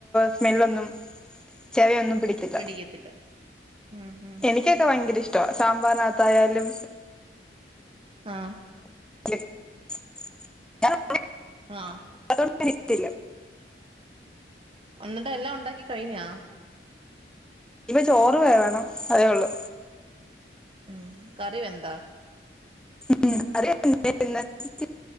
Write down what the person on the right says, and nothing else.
പിടിക്കത്തില്ല ഉം ഉം
അഹ്
അഹ്
എന്നിട്ട് എല്ലാം ഉണ്ടാക്കി കഴിഞ്ഞാ
ഉം കറി വെന്താ